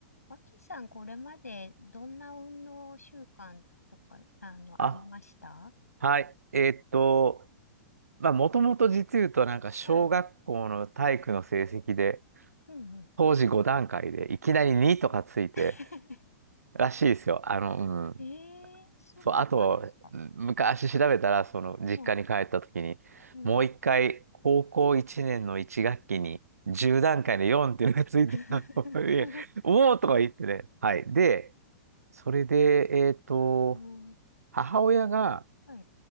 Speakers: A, on the left; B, on the right.
A: 脇さん、これまでどんな運動習慣とか、あの、
B: あ、
A: ありました
B: はい。えーっと、まあ、もともと実言うと、なんか、小学校の体育の成績で、
A: はい。うんう
B: 当時5段階で、いきなり2とかついて、
A: ん。<laughs>
B: らしいですよ。あの、うん。
A: ええー、そうだったんですか。
B: そう、あと、うん昔調べたら、その、実家に帰った時に、
A: もう、うん。
B: もう一回、高校1年の1学期に、10段階の4っていうのがついてたの。
A: うん。<laughs>
B: <laughs> いやおおとか言ってね。はい。で、それで、えーっと、
A: うん
B: 母親が、
A: はい。